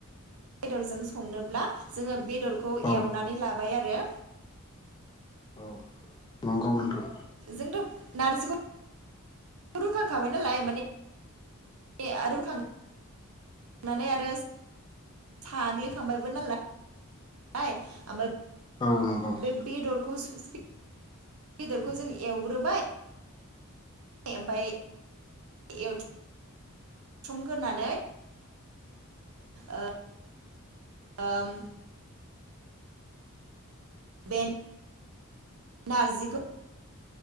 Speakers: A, on the right (about 75°); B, on the left (about 20°).
A: बेदरजों संनोब्ला जोङो बेदरखौ
B: औ
A: एवनानै लाबाय आरो
B: औ नंगौ नोंथां
A: जोंथ' नारजिखौ रुखांखाबाय नालाय माने रुखां नानै आरो साग्लिखांबायबो नालाय ओमफाय
B: औ
A: बे बेदरखौ सु बेदरखौ जों एवग्रोबाय ओमफाय एवथम ग्रोनानै ओ ओम बे नारजिखौ